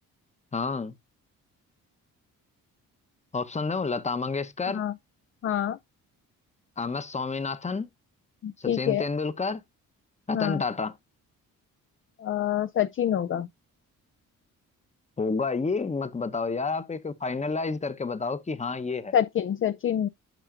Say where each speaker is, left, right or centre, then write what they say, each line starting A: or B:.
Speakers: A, on the left (about 20°); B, on the left (about 35°).
A: हाँ ऑप्शन दो लता मंगेशकर
B: हाँ हाँ
A: एम एस स्वामीनाथन
B: ठीक
A: सचिन
B: है
A: तेंदुलकर रतन
B: हाँ
A: टाटा
B: अ, सचिन होगा
A: होगा ये मत बताओ यार आप एक फाइनलाइज करके बताओ कि हाँ ये है
B: सचिन सचिन